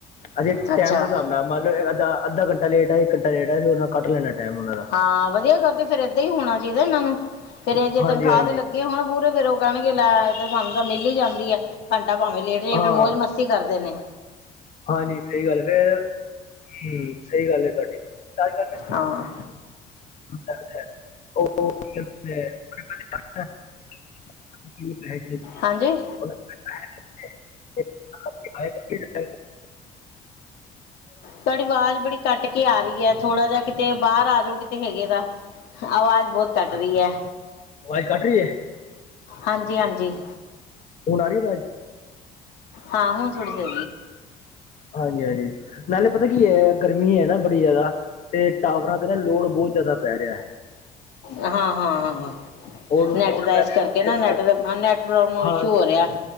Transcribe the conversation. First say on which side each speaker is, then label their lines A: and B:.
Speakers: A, on the left (about 45°); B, on the left (about 75°).
A: ਅਸੀਂ
B: ਅੱਛਾ
A: ਟਾਈਮ ਦੇ ਹਿਸਾਬ ਨਾਲ ਮੰਨ ਲਬ ਅੱਧਾ-ਅੱਧਾ ਘੰਟਾ ਲੇਟ ਹੈ ਇੱਕ ਘੰਟਾ ਲੇਟ ਆ ਅਸੀ ਉਹ ਕੱਢ ਲੈਣਾ ਟਾਈਮ ਉਹਨਾ ਦਾ
B: ਹਾਂ ਵਧੀਆ ਕਰਦੇ ਫੇਰ ਏਦਾਂ ਹੀ ਹੋਣਾ ਚਾਹੀਦਾ ਇਹਨਾਂ ਨੂੰ ਫੇਰ ਇਹ ਜੇ
A: ਹਾਂਜੀ
B: ਤਨਖਾਹ
A: ਹਾਂਜੀ
B: ਤੇ ਲੱਗੇ ਹੁਣ ਪੂਰੇ ਫਿਰ ਉਹ ਕਹਿਣਗੇ ਲੈ ਸਾਨੂੰ ਤਾਂ ਮਿਲ ਹੀ ਜਾਂਦੀ ਹੈ। ਘੰਟਾ ਭਾਵੇਂ ਲੇਟ ਰਹੇ
A: ਹਾਂ
B: ਫਿਰਰ ਮੌਜ ਮਸ ਕਰਦੇ ਨੇ
A: ਹਾਂਜੀ ਸਹੀ ਗੱਲ ਫੇਰ ਹਮ ਸਹੀ ਗੱਲ ਹੈ ਤੁਹਾਡੀ ਰਾਜ ਕਰ ਮੈਂ
B: ਹਾਂ
A: ਅੱਛ ਉਹ ਕੀ ਕਹਿੰਦੇ <inaudible> <unintelligible>
B: ਹਾਂਜੀ
A: <unintelligible>
B: ਤੁਹਾਡੀ ਆਵਾਜ਼ ਬੜੀ ਕੱਟ ਕੇ ਆ ਰਹੀ ਹੈ ਥੋੜਾ ਜਾ ਕਿਤੇ ਬਾਹਰ ਆ ਜਾਓ ਕਿਤੇ ਹੈਗੇ ਦਾ ਆਵਾਜ਼ ਬਹੁਤ ਘੱਟ ਰਹੀ ਹੈ।
A: ਆਵਾਜ਼ ਕੱਟ ਰਹੀ ਹੈ।
B: ਹਾਂਜੀ-ਹਾਂਜੀ
A: ਹੁਣ ਆ ਰਹੀ ਆ ਵਾਜ
B: ਹਾਂ ਹੁਣ ਸੁਟਦੀ
A: ਹਾਂਜੀ-ਹਾਂਜੀ ਨਾਲੇ ਪਤਾ ਕੀ ਹੈ ਗਰਮੀ ਹੈ ਨਾ ਬੜੀ ਜ਼ਿਆਦਾ ਤੇ' ਟਾਵਰਾਂ ਤੇ ਨਾ ਲੋੜ ਬਹੁਤ ਜ਼ਿਆਦਾ ਪਰੀਆ
B: ਹਾਂ-ਹਾਂ-ਹਾਂ-ਹਾਂ
A: ਉਹ ਲੋਡ
B: ਨੈਟ ਦਾ
A: ਪੈ
B: ਇਸ
A: ਰਿਹਾ
B: ਕਰਕੇ ਨਾ ਨੈਟ
A: ਹੈ।
B: ਦਾ ਨੈਟ ਪ੍ਰੋਬਲਮ
A: ਹਾਂ
B: ਇਸ਼ੂ ਹੋ ਰਿਹਾ